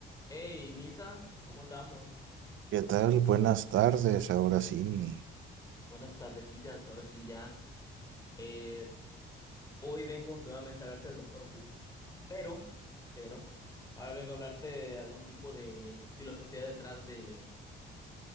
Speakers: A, on the left (about 15°); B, on the right (about 75°).
A: Hey, Misa, ¿cómo andamos?
B: ¿Qué tal? Buenas tardes, ahora sí,
A: Buenas tardecillas, ahora sí ya. Eh, hoy vengo nuevamente a hablarte del Doctor Who, pero, pero, ahora vengo a hablarte de algún tipo de filosofía detrás de,